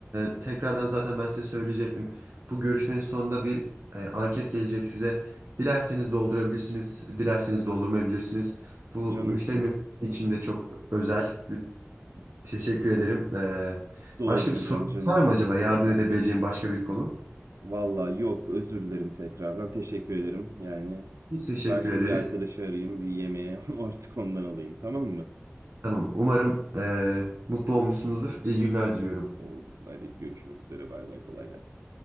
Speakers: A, on the right; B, on the right.
A: E, tekrardan zaten ben size söyleyecektim. Bu görüşmenin sonunda bir e, anket gelecek size. Dilerseniz doldurabilirsiniz, dilerseniz doldurmayabilirsiniz. Bu
B: Canımsın.
A: müşterim için de çok özel. Lü- Teşekkür ederim. E,
B: Dolduracağım
A: başka bir sorunuz
B: canımsın.
A: var mı acaba? Yardım edebileceğim başka bir konu?
B: Valla yok özür dilerim tekrardan. Teşekkür ederim. Yani
A: Biz teşekkür
B: ben şimdi
A: ederiz.
B: bir arkadaşı arayayım. Bir yemeğe <laughs> artık ondan alayım tamam mı?
A: Tamam. Umarım e, mutlu olmuşsunuzdur. İyi günler diliyorum.
B: Oldu. Hadi görüşmek üzere. Bay bay kolay gelsin.